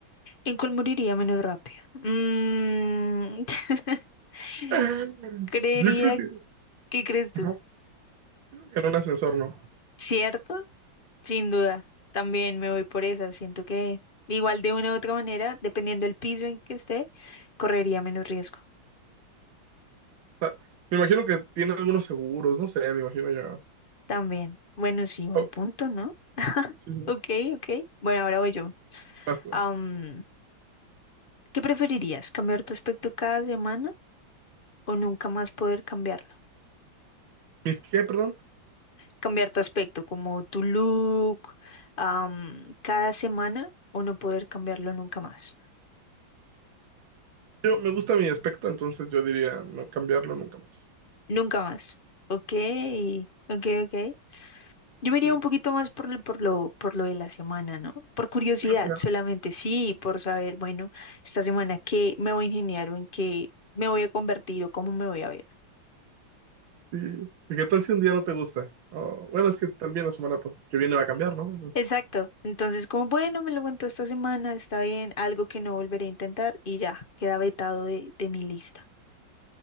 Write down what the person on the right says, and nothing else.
<laughs>
Yo creo que,
ajá, yo creo que en un ascensor no.
O sea, me imagino que tiene algunos seguros, no sé, me imagino yo.
Ok,
sí, sí.
Vas tú.
¿Mis qué, perdón?
Yo me gusta mi aspecto, entonces yo diría no cambiarlo nunca más.
Sí,
sí.
Cada semana.
Sí. ¿Y qué tal si un día no te gusta? O, bueno, es que también la semana pues, que viene va a cambiar, ¿no?